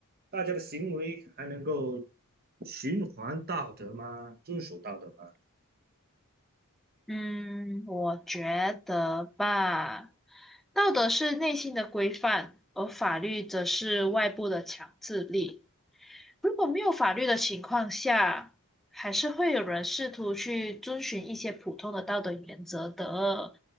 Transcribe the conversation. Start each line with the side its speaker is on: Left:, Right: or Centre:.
Right: 大家的行为还能够循环道德吗？遵守道德吗？
Centre: 嗯，我觉得吧，道德是内心的规范，而法律则是外部的强制力。如果没有法律的情况下，还是会有人试图去遵循一些普通的道德原则的，